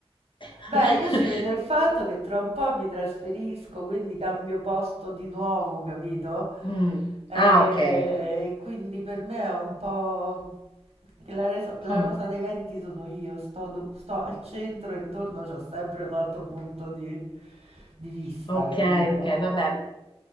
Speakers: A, on the left (about 50°); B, on the right (about 80°).
A: <laughs>
B: Beh, io ci vedo il fatto che tra un po' mi trasferisco, quindi cambio posto di nuovo, capito?
A: Mm.
B: E
A: Ah, ok.
B: quindi per me è un po' che la, resa- la
A: Mm.
B: rosa dei venti sono io, sto, do- sto al centro e intorno c'ho sempre un altro punto di, di vista,
A: Ok,
B: capito?
A: ok, vabbè.